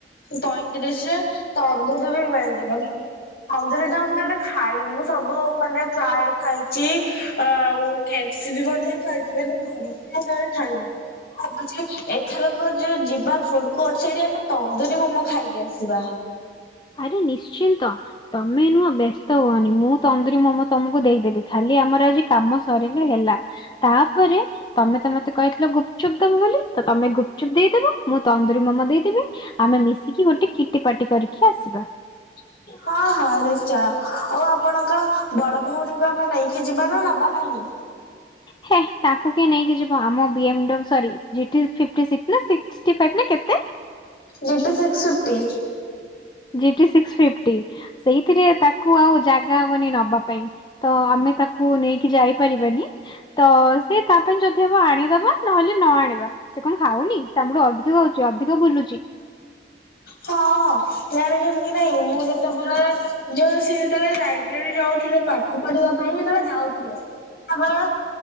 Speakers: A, on the left; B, on the left.
A: ପଇଁତିରିଶରେ ତନ୍ଦୁରି ବି ମିଳିଯିବ। କନ୍ଦୁରୀ ଟା ମୁଁ କେବେ ଖାଇନି ମୁଁ ସବୁ ମାନେ ଫ୍ରାଏଡ ଖାଇଛି ଆଉ କେପ୍ ସି ବି ମଧ୍ୟ ଖାଇଥିଲେ <unintelligible> ଖାଇନି। ଭାବୁଛି ଏଥରକ ଯୋଉ ଯିବା ଫୁଡକୋଟ ସେଠି ଆମେ ତନ୍ଦୁରୀ ମୋମୋ ଖାଇକି ଆସିବା।
B: ଆରେ ନିଶ୍ଚିନ୍ତ। ତମେ ନୁହ ବ୍ୟସ୍ତ ହୁଅନି ମୁଁ ତନ୍ଦୁରୀ ମମ ତମକୁ ଦେଇଦେବି ଖାଲି ଆମର ଆଜି କାମ ସରିଲେ ହେଲା। ତାପରେ। ତମେ ତ ମତେ କହିଥିଲ ଗୁପଚୁପ୍ ଦବ ବୋଲି ତ ତମେ ଗୁପଚୁପ୍ ଦେଇଦବ ମୁଁ ତନ୍ଦୁରୀ ମୋମୋ ଦେଇଦେବି। ଆମେ ମିଶିକି ଗୋଟେ କିଟୀ ପାଟି କରିକି ଆସିବା।
A: <inaudible> ହଁ ହଁ ନିଶ୍ଚୟ ଆଉ ଆପଣଙ୍କ ବଡ ଭଉଣୀଙ୍କୁ ଆମେ ନେଇକି ଯିବାନା ନବା ନାହିଁ?
B: ହେ ତାକୁ କିଏ ନେଇକି ଯିବ ଆମ ବିଏମ୍ ଡ ସରି ଜିଟି ଫିଫ୍ଟୀ ସି ନା ସି ଷ୍ଟି ଫାଇବି ନା କେତେ?
A: GT six fifty.
B: GT six fifty ସେଇଥିରେ ତାକୁ ଆଉ ଜାଗା ହବନି ନବା ପାଇଁ। ତ ଆମେ ତାକୁ ନେଇକି ଯାଇପାରିବାନି। ତ ସେ ତା ପାଇଁ ଯଦି ହବ ଆଣିଦବା ନହେଲେ ନ ଆଣିବା। ସେ କଣ ଖାଉନି? ସେ ଆମଠୁ ଅଧିକ ଖାଉଛି ଅଧିକ ବୁଲୁଚି।
A: ହଁ ଜାଣିଛନ୍ତି କି ନାଇଁ ମୁଁ ଯେତେବେଳେ। ଯଉ ସିଏ ଯେତେବେଳେ ଲାଇବ୍ରେରୀ ଯାଉଥିଲେ ପାଠ ପଢିବା ପାଇଁ ଯେତେବେଳେ ଯାଉଥିଲେ। ଆପଣ